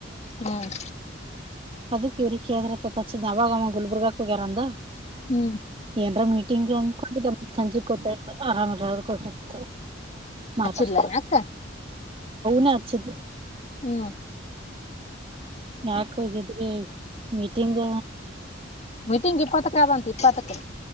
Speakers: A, on the left (about 35°); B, on the right (about 30°).
A: ಹ್ಮ್
B: ಅದಕ್ಕೆ ಇವರಿಕ್ಕೆ್ರ ಅವಾಗಮ್ಮ ಗುಲ್ಬುರ್ಗಕ್ ಹೋಗ್ಯಾರಂದ.
A: ಹ್ಮ್
B: ಏನರ ಮೀಟಿಂಗ್ ಅಂದ್ಕೊಂಡೆಮ್ಮತ್ ಸಂಜೆ ಕೂತಾತ ಆರಾಮ ಕೋರ್ತ ಮಾತಾತ
A: ಹಚ್ಚಿದ್ಲೇನ ಅಕ್ಕ
B: ನ ಅಚ್ಚಿದ
A: ಹ್ಮ್
B: ಯಾಕ ಹೋಗಿದ್ಿ ಮೀಟಿಂಗ್
A: ಮೀಟಿಂಗ್ ಇಪ್ಪತ್ತಕ್ಕ ಆಗಂತ ಇಪ್ಪತ್ತಕ್ಕೆ